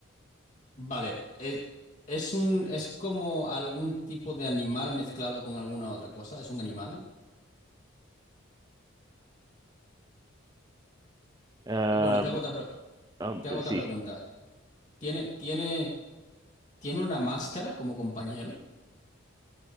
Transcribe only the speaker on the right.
Ah,
ah,
pues
sí.